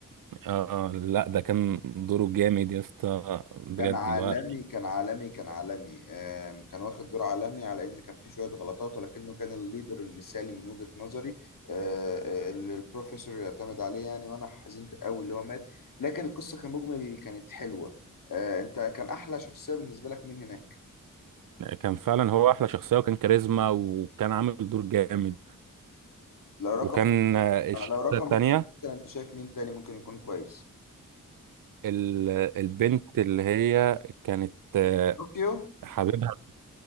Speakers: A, on the right (about 80°); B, on the left (about 80°).
A: اه آه، لا ده كان دوره جامد يا اسطى بجد
B: كان عالمي
A: اللي هو
B: كان عالمي كان عالمي آم، كان واخد دور عالمي على ان كان في شويه غلطات ولكنه كان الليدر المثالي من وجهه نظري آه، آه، اللي البروفيسور يعتمد عليه يعني وانا حزنت قوي اللي هو مات لكن القصه كمجمل كانت حلوه آه، انت كان احلى شخصيه بالنسبه لك مين هناك
A: كان فعلا هو احلى شخصيه وكان كاريزما وكان عامل دور جامد
B: لو رقم
A: وكان آه، الشخصيه
B: آه، لو رقم
A: التانيه
B: اتنين مثلا انت شايف مين تاني ممكن يكون كويس
A: ال- البنت اللي هي كانت آه،
B: طوكيو
A: حبيبها في